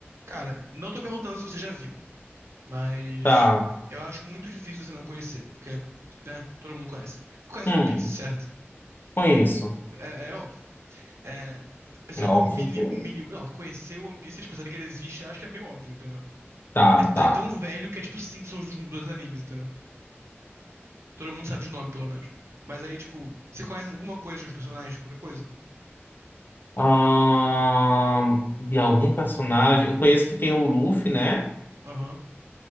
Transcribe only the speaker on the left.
Tá.
Hum,
conheço.
É óbvio.
que-
Tá,
tá.
Ahn, de algum personagem. Eu conheço que tem o Luffy, né?